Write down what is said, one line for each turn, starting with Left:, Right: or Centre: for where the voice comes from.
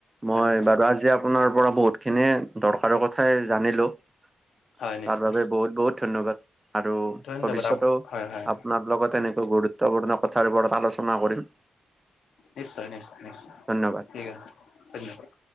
Right: মই
Left: জানিছো
Right: বাৰু আজি আপোনাৰ পৰা বহুতখিনি দৰকাৰৰ কথা কথাই জানিলো
Left: হয়
Right: তাৰ
Left: নিশ্চয়
Right: বাবে বহুত বহুত ধন্যবাদ। আৰু
Left: ধন্যবাদ
Right: ভৱিষ্যতও
Left: হয় হয়
Right: আপোনাৰ লগত এনেকৈ গুৰুত্বপূৰ্ণ কথাৰ ওপৰত আলোচনা কৰিম।
Left: নিশ্চয়-নিশ্চয়-নিশ্চয়
Right: ধন্যবাদ
Left: ঠিক আছে ধন্যবাদ।